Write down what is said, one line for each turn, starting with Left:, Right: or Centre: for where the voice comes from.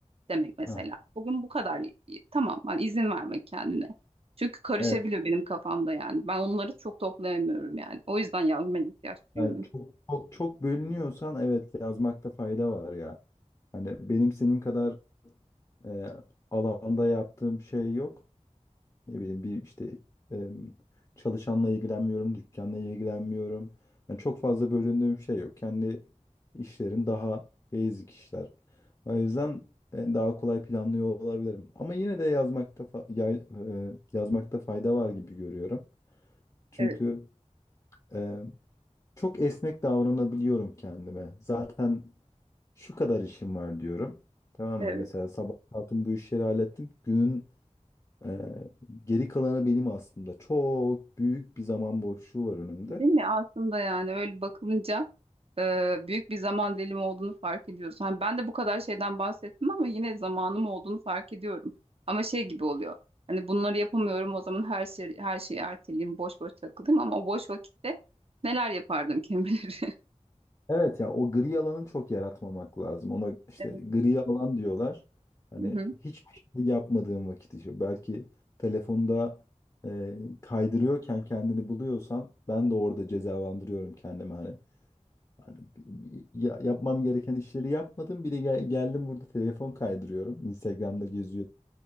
Right: demek mesela.
Left: aha,
Right: Bugün bu kadar y- y- tamam hani izin vermek kendine. Çünkü karışabiliyor
Left: Evet.
Right: benim kafamda yani. Ben onları çok toplayamıyorum yani. O yüzden yazmaya ihtiyaç duyuyorum.
Left: Yani çok çok çok bölünüyorsan evet yazmakta fayda var ya. Hani benim senin kadar e, alanda yaptığım şey yok. Ne bileyim bir işte em, çalışanla ilgilenmiyorum, dükkanla ilgilenmiyorum. Yani çok fazla bölündüğüm şey yok. Kendi işlerim daha basic işler. O yüzden e, daha kolay planlıyor olabilirim. Ama yine de yazmakta fa- yay- e, yazmakta fayda var gibi görüyorum. Çünkü
Right: Evet,
Left: e, çok esnek davranabiliyorum kendime. Zaten şu kadar işim var diyorum. Tamam
Right: evet.
Left: mı? Mesela sabah kalktım bu işleri hallettim. Günün ee, geri kalanı benim aslında. Çok büyük bir zaman boşluğu var önümde.
Right: Değil mi? Aslında yani öyle bakılınca e, büyük bir zaman dilimi olduğunu fark ediyorsun. Hani ben de bu kadar şeyden bahsettim ama yine zamanım olduğunu fark ediyorum. Ama şey gibi oluyor. Hani bunları yapamıyorum o zaman her şey her şeyi erteleyeyim, boş boş takılayım ama o boş vakitte neler yapardım kim bilir. <laughs>
Left: Evet ya o gri alanı çok yaratmamak lazım. Ona işte
Right: Evet.
Left: gri alan diyorlar. Hani
Right: Hı hı.
Left: hiçbir şey yapmadığın vakit işte belki telefonda e, kaydırıyorken kendini buluyorsan ben de orada cezalandırıyorum kendimi hani. Hani bi- ya- yapmam gereken işleri yapmadım. Bir de gel- geldim burada telefon kaydırıyorum. Instagram'da geziyorum.